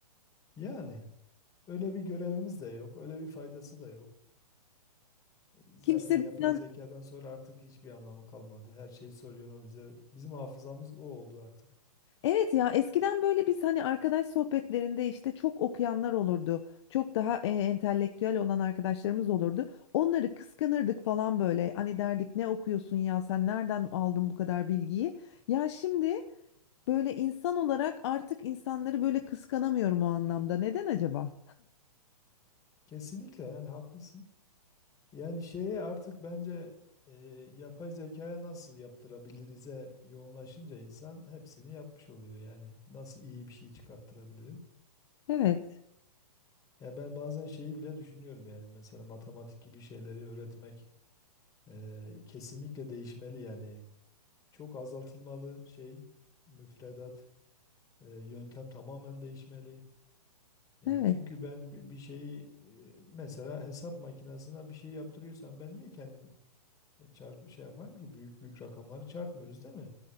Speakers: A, on the left; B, on the left.
A: Yani öyle bir görevimiz de yok, öyle bir faydası da yok. Zaten
B: Kimse
A: yapay
B: bizden
A: zekadan sonra artık hiçbir anlamı kalmadı. Her şeyi soruyor o bize. Bizim hafızamız o oldu artık.
B: Evet ya eskiden böyle biz hani arkadaş sohbetlerinde işte çok okuyanlar olurdu. Çok daha e, entelektüel olan arkadaşlarımız olurdu. Onları kıskanırdık falan böyle. Hani derdik ne okuyorsun ya sen nereden aldın bu kadar bilgiyi? Ya şimdi böyle insan olarak artık insanları böyle kıskanamıyorum o anlamda. Neden acaba?
A: Kesinlikle yani haklısın. Yani şeye artık bence e, yapay zekaya nasıl yaptırabilirize yoğunlaşınca insan hepsini yapmış oluyor. Yani nasıl iyi bir şey çıkarttırabilirim?
B: Evet,
A: Yani ben bazen şeyi bile düşünüyorum yani mesela matematik gibi şeyleri öğretmek eee, kesinlikle değişmeli yani. Çok azaltılmalı şey müfredat, eee, yöntem tamamen değişmeli. Yani
B: evet.
A: çünkü ben bi- bir şeyi e, mesela hesap makinesine bir şey yaptırıyorsam ben niye kendim e, çarp şey yapayım ki büyük büyük rakamları çarpmıyoruz değil mi?